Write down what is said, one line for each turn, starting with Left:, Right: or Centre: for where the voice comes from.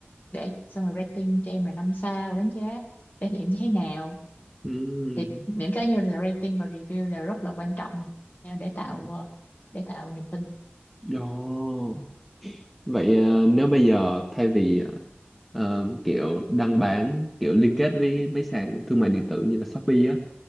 Left: để xong rồi rating cho em là năm sao đánh giá trải nghiệm như thế nào
Centre: Ừ.
Left: thì những cái như là rating và review là rất là quan trọng nha để tạo
Centre: Đó.
Left: ờ, để tạo niềm tin
Centre: Đó. Vậy ờ, nếu bây giờ thay vì ờ, kiểu đăng bán kiểu liên kết với mấy sàn thương mại điện tử như là Shopee á